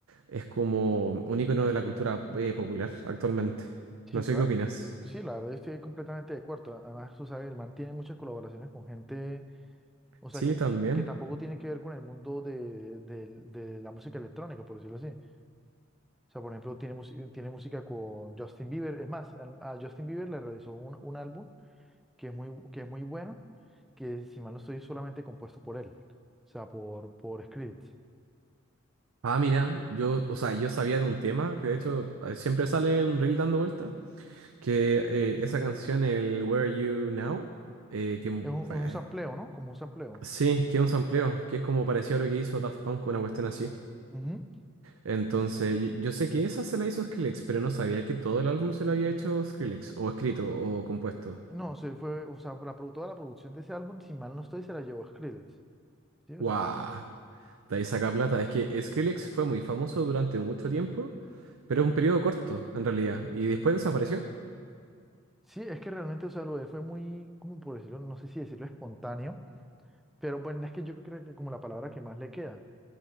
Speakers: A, on the right; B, in the centre.
A: es como un icono de la cultura eh, popular actualmente.
B: Sí,
A: No
B: claro.
A: sé qué opinas.
B: Sí, la verdad estoy completamente de acuerdo. Además, tú sabes, el man tiene muchas colaboraciones con gente, o sea,
A: Sí,
B: que, ni
A: también.
B: si- que tampoco tiene que ver con el mundo de, del- de la música electrónica, por decirlo así. O sea, por ejemplo, tiene, mus- tiene música con Justin Bieber. Es más, al- a Justin Bieber le realizó un, un álbum que es muy, que es muy bueno, que si mal no estoy, es solamente compuesto por él. O sea, por, por Skrillex.
A: Ah, mira, yo, o sea, yo sabía de un tema que de hecho eh, siempre sale un reel dando vuelta, que eh, esa canción, el Where Are You Now, eh, que mu-
B: Es un, un
A: fue
B: sampleo, ¿no? Como un sampleo.
A: Sí, que es un sampleo, que es como parecido a lo que hizo Daft Punk, una cuestión así.
B: Ujú.
A: Entonces, yo, yo sé que esa se la hizo Skrillex, pero no sabía que todo el álbum se lo había hecho Skrillex, o escrito, o compuesto.
B: No, se fue, o sea, la, produ- toda la producción de ese álbum, si mal no estoy, se la llevó Skrillex. Sí, o
A: ¡Wow!
B: sea,
A: De ahí saca plata. Es que Skrillex fue muy famoso durante mucho tiempo, pero un periodo corto, en realidad, y después desapareció.
B: sí, es que realmente, o sea, lo de él fue muy, como por decirlo, no sé si decirlo espontáneo, pero bueno, es que yo creo que como la palabra que más le queda,